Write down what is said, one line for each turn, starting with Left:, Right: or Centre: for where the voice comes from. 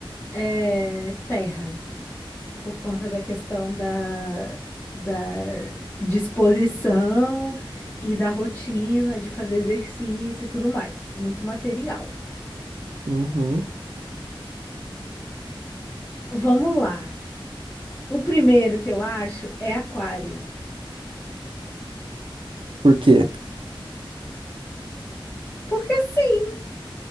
Left: eh, terra. por conta da questão da, da disposição e da rotina de fazer exercício e tudo mais. Muito material.
Right: Uhum.
Left: Vamos lá. O primeiro que eu acho é aquário.
Right: Por quê?
Left: Porque sim,